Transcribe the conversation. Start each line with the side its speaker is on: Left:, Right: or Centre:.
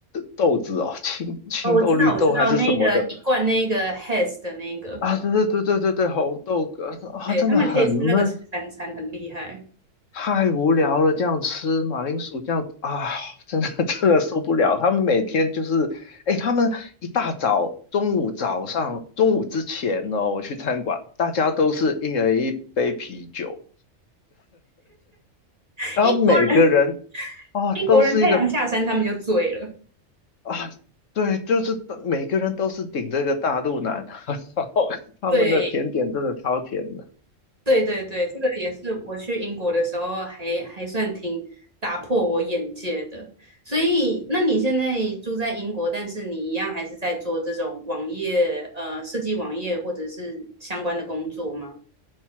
Left: 豆子哦，青青豆、
Right: 哦，我知道，
Left: 绿豆还是什么的
Right: 我知道，那个一罐那个 Hess 的那个，
Left: 啊，对对对对对对，红豆呃啊，
Right: 对，
Left: 真的很闷，
Right: 他们可以吃那个吃三餐，很厉害。
Left: 太无聊了，这样吃马铃薯这样啊，真的 <laughs> 真的受不了。他们每天就是，哎，他们一大早、中午、早上、中午之前呢，我去餐馆，大家都是一人一杯啤酒，
Right: <laughs>
Left: 然后每个人
Right: 英国人
Left: 啊都是一个
Right: 英国人太阳下山，他们就醉了。
Left: 啊，对，就是每个人都是顶着一个大肚腩，<laughs> 然后他们的甜点真的超甜的。
Right: 对，对对对，这个也是我去英国的时候还还算挺打破我眼界的。所以，那你现在住在英国，但是你一样还是在做这种网页，呃，设计网页或者是相关的工作吗？